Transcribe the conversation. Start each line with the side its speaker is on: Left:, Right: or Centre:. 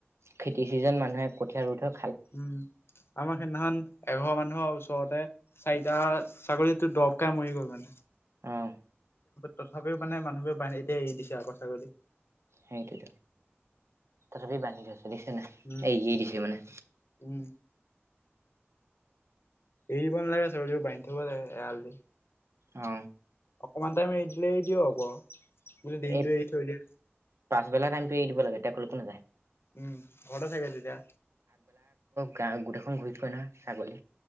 Right: খেতি চিজন মানুহে কঠীয়া ৰুই থক
Left: উম আমাক সিদিনাখন এঘাৰ মানুহৰ ওচৰতে চাৰিটা ছাগলীতো দৰব খাই মৰি গ'ল মানে।
Right: অ'
Left: তথাপিও মানে মানুহো বান এতিয়া এৰি দিছে আকৌ ছাগলী।
Right: সেইটোৱেটো তথাপি বান্ধি থৈছো দেখিছা
Left: উম,
Right: নাই।
Left: উম। এৰিব নালাগে ছাগলী বোৰ বান্ধি থব লাগে এৰাল দি।
Right: অ!
Left: অকমান টাইম এৰি দিলে এৰি দিয়ক আকৌ দিনটো
Right: এই
Left: এৰি থৈ দিয়।
Right: পাছবেলা টাইমটো এৰি দিব লাগে এতিয়া কোন কোন যায়।
Left: উম ঘৰতে থাকে যেতিয়া।
Right: গা গোটেইখন ঘূৰি ফুৰে নহয় ছাগলী